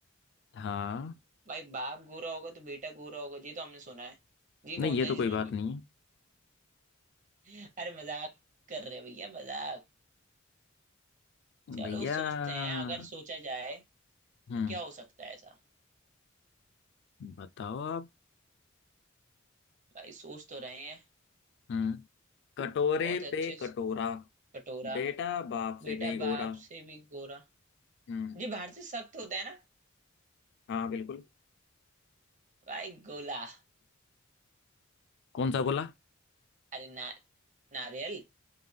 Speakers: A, on the left; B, on the right.
A: हाँ
B: भाई बाप गोरा होगा तो बेटा गोरा होगा जी तो हमने सुना है जी कौन
A: नहीं ये
B: सा
A: तो
B: है जिसमें
A: कोई बात
B: बे-
A: नहीं
B: <laughs> अरे मजाक कर रहे हैं भैया मजाक
A: भैया
B: चलो सोचते
A: है भैया।
B: हैं अगर सोचा जाए
A: हम्म
B: तो क्या हो सकता है ऐसा
A: बताओ आप
B: भाई सोच तो रहे हैं
A: हम्म कटोरे
B: बहुत अच्छे
A: पे कटोरा
B: स- कटोरा
A: बेटा बाप
B: बेटा
A: से भी गोरा
B: बाप से भी गोरा
A: हम्म
B: जी बाहर से सख्त होता है ना
A: हाँ बिल्कुल
B: भाई गोला
A: कौन सा गोला
B: अरे ना नारियल ये